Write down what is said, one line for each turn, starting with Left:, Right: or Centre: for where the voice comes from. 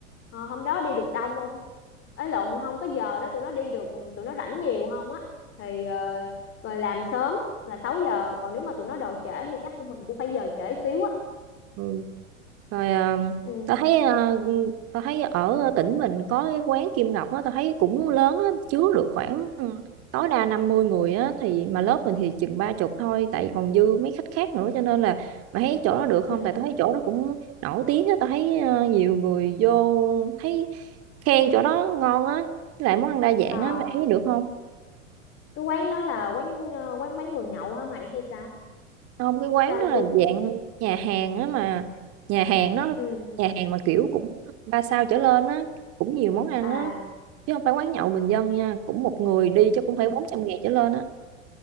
Left: ờ, hôm đó đi được đông không ấy lộn không có giờ đó tụi nó đi được tụi nó rảnh nhiều không á thì ờ, rồi làm sớm là 6 giờ còn nếu mà tụi nó đồ trễ thì chắc của mình cũng phải giờ trễ xíu á
Right: ừ. rồi à,
Left: ừ
Right: tao thấy à, tao thấy ở tỉnh mình có cái quán Kim Ngọc á tao thấy cũng lớn á, chứa được khoảng ừ, tối đa 50 người á thì mà lớp mình thì chừng ba chục thôi tại còn dư mấy khách khác nữa cho nên là mà thấy chỗ đó được không
Left: ừ
Right: tại tao thấy chỗ đó cũng nổi tiếng á tao thấy à, nhiều người vô thấy khen chỗ đó ngon á với lại món ăn đa dạng
Left: ờ
Right: á mày thấy được không
Left: cái quán đó là quán ờ, quán bán đồ nhậu hả mày hay sao
Right: không cái quán
Left: tao
Right: nó là
Left: chưa
Right: dạng nhà hàng á mà nhà hàng nó
Left: ừ
Right: nhà hàng mà kiểu cũng ba sao trở lên á cũng nhiều món ăn
Left: à
Right: á chứ không phải quán nhậu bình dân nha cũng một người đi chắc
Left: ừ
Right: cũng phải bốn trăm ngàn trở lên á